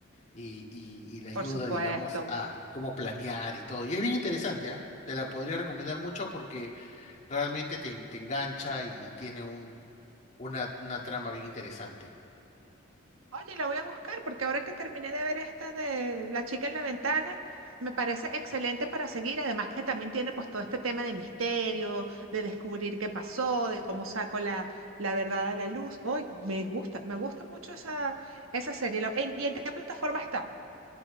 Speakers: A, on the left (about 35°); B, on the right (about 80°).
A: y, y, y le ayuda,
B: Por supuesto.
A: digamos, a cómo planear y todo. Y es bien interesante, ¿ah? Te la podría recomendar mucho porque realmente te, en- te engancha y, y tiene un, una, una trama bien interesante.
B: Oye, la voy a buscar porque ahora que terminé de ver esta de La chica en la ventana, me parece excelente para seguir. Además que también tiene pues todo este tema de misterio, de descubrir qué pasó, de cómo saco la, la verdad a la luz. Hoy me gusta, me gusta mucho esa, esa serie. La- ¿en- ¿Y en qué plataforma está?